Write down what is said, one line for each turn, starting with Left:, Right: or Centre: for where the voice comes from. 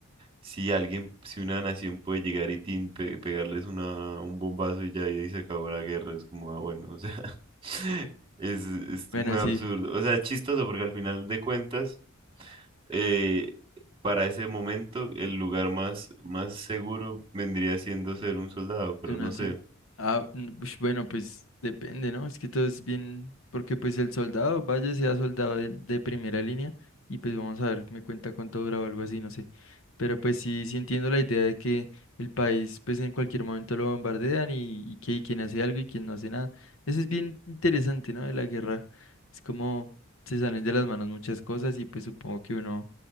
Right: si alguien, si una nación puede llegar y tin, pe- pegarles una, un bombazo y ya y ahí se acabó la guerra? Es como, ah, bueno, o sea, <laughs> es, es
Left: Bueno,
Right: muy absurdo.
Left: sí.
Right: O sea, es chistoso porque al final de cuentas, eh, para ese momento, el lugar más, más seguro vendría siendo ser un soldado, pero
Left: Suena
Right: no
Left: así.
Right: sé.
Left: Ah, mm, ush, bueno, pues depende, ¿no? Es que todo es bien, porque pues el soldado, vaya, sea soldado de, de primera línea, y pues vamos a ver, me cuenta cuánto dura o algo así, no sé. Pero pues sí, sí entiendo la idea de que el país pues en cualquier momento lo bombardean y, y que y quien hace algo y quien no hace nada. Eso es bien interesante, ¿no? De la guerra. Es como se salen de las manos muchas cosas y pues supongo que uno,